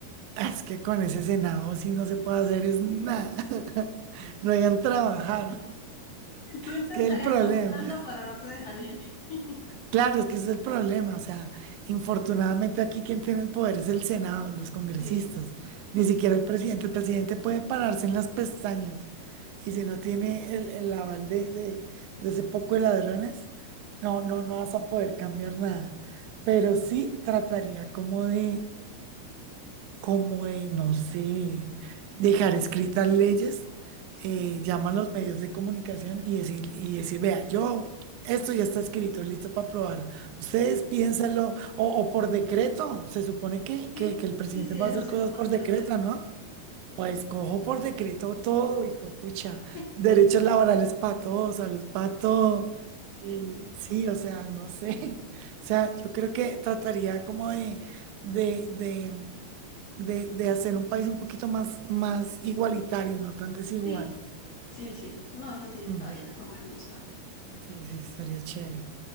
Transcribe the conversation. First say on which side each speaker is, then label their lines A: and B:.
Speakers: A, on the right; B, on the left.
A: ah, es que con ese Senado sí no se puede hacer es nada. <laughs> No hayan trabajar.
B: Tú intentarías
A: Es que es el problema.
B: cambiar algo, pero no te dejarían. <laughs>
A: Claro, es que ese es el problema. O sea, infortunadamente aquí quien tiene el poder es el Senado, los congresistas,
B: Sí,
A: ni siquiera el presidente. El presidente puede pararse en las pestañas y si no tiene el, el aval de, de, de ese poco de ladrones, no, no, no vas a poder cambiar nada. Pero sí trataría como de, como de, no sé, dejar escritas leyes, eh,
B: mm,
A: llama a los medios de comunicación y decir, y decir, vea, yo, esto ya está escrito, listo para aprobar. Ustedes piénsalo, o, o por decreto, se supone que,
B: sí,
A: que, que el presidente
B: sí, sí,
A: va
B: eso
A: a hacer
B: sí
A: cosas
B: lo puede
A: por
B: hacer
A: decreto,
B: el presidente.
A: ¿no? Pues cojo por decreto todo y fue pucha,
B: <laughs>
A: derechos laborales para todos, salud para todo. eh, sí, o sea, no sé. <laughs> O sea, yo creo que trataría como de, de, de, de, de hacer un país un poquito más, más igualitario, no tan desigual.
B: Sí, sí, sí. No, eso sí está
A: Mm,
B: bien, eso me gusta.
A: sí, sí, estaría chévere.